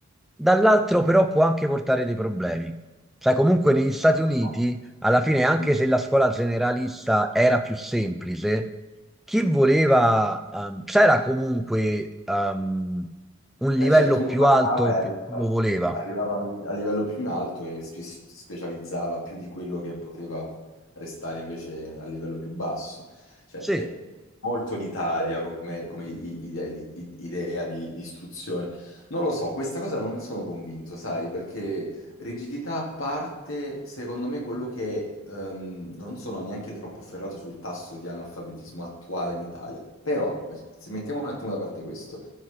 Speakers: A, in the centre; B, on the left.
A: dall'altro però può anche portare dei problemi. Cioè comunque negli Stati
B: Non
A: Uniti,
B: lo
A: alla fine, anche
B: so.
A: se la scuola generalista era più semplice, chi voleva, ehm, c'era comunque ehm, un livello
B: Eh, certo, uno
A: più
B: parlava
A: alto
B: e arrivava,
A: per chi lo voleva.
B: arrivava al- a livello più in alto e spe- specializzava più di quello che poteva restare invece a livello più basso. Cioè,
A: Sì,
B: è molto elitaria come, come i- i- i- idea di, di istruzione. Non lo so, questa cosa non sono convinto, sai, perché Rigidità a parte, secondo me quello che ehm, non sono neanche troppo ferrato sul tasso di analfabetismo attuale in Italia, però se mettiamo un attimo da parte questo,